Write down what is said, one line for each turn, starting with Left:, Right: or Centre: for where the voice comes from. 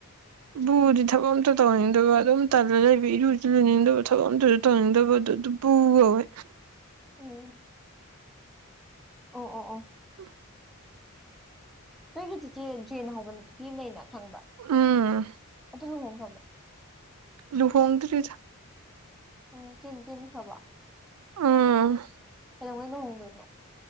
Right: ꯕꯨ ꯍꯥꯏꯗꯤ ꯊꯕꯛ ꯑꯃꯠꯇ ꯇꯧꯅꯤꯡꯗꯕ ꯑꯗꯨꯝ ꯇꯜꯂ ꯂꯩꯕ ꯏꯔꯨꯁꯨ ꯂꯩꯅꯤꯡꯗꯕ ꯊꯕꯛ ꯑꯃꯠꯇ ꯇꯧꯅꯤꯡꯗꯕꯗꯨ ꯑꯗꯨ ꯕꯨꯨ ꯀꯧꯋꯦ
Centre: ꯑꯣ ꯑꯣ ꯑꯣ ꯑꯣ
Right: <unintelligible>
Centre: ꯅꯣꯏꯒꯤ ꯆꯤꯆꯦ ꯖꯦꯟ ꯍꯧꯕ ꯄꯤ ꯑꯃ ꯂꯩꯅ ꯈꯪꯕ꯭ꯔ
Right: ꯎꯝ
Centre: ꯑꯗꯨ ꯂꯨꯍꯣꯡꯈ꯭ꯔꯕꯣ
Right: ꯂꯨꯍꯣꯡꯗ꯭ꯔꯤꯗ
Centre: ꯎ ꯆ ꯆꯅꯤ ꯐꯕ
Right: ꯎꯝ
Centre: ꯀꯩꯣꯧꯩꯗ ꯍꯣꯡꯗꯣꯏꯅꯣ